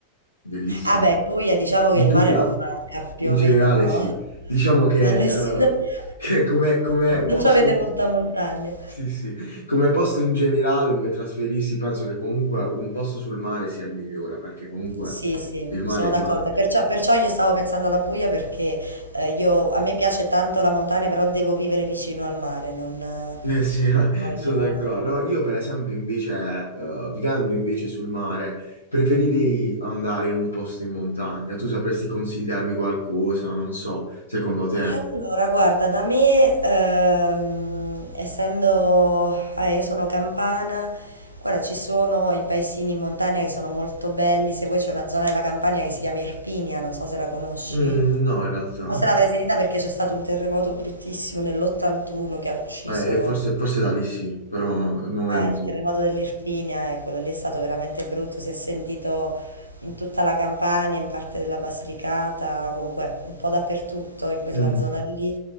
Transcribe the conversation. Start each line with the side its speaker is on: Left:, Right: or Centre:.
Left: bellissima.
Right: Ah beh, in Puglia diciamo
Left: In
Right: che il
Left: Puglia,
Right: mare non manca più
Left: in
Right: o
Left: generale,
Right: meno
Left: sì. Diciamo che,
Right: a nessuno.
Left: eh,
Right: <laughs>
Left: che come, come
Right: Non
Left: posto,
Right: ci avete molta montagna.
Left: sì, sì, come posto in generale dove trasferirsi, penso che comunque un posto sul mare sia il migliore, perché comunque
Right: Sì, sì,
Left: il mare
Right: sono
Left: è il
Right: d'accordo.
Left: mare.
Right: Perciò, perciò io stavo pensando alla Puglia perché eh, io, a me piace tanto la montagna, però devo vivere vicino al mare, non eh,
Left: Eh sì, <laughs>
Right: voglio...
Left: sono d'accordo. No, io per esempio invece, eh, vivendo invece sul mare, preferirei andare in un posto in montagna. Tu sapresti consigliarmi qualcosa, non so, secondo te?
Right: E Allora, guarda, da me, ehm, essendo, eh, io sono campana, guarda, ci sono i paesini in montagna che sono molto belli, se vuoi c'è una zona della Campania che si chiama Irpinia, non so se la conosci,
Left: Mm, no, in realtà.
Right: o se l'avrai sentita perché c'è stato un terremoto bruttissimo nell'81 che ha ucciso
Left: Eh, forse, forse da lì sì, però al Eh, momento.
Right: eh, il terremoto dell'Irpinia, eh, quello lì è stato veramente brutto, si è sentito in tutta la Campania, in parte della Basilicata, comunque un po' dappertutto in quella
Left: Mm,
Right: zona lì.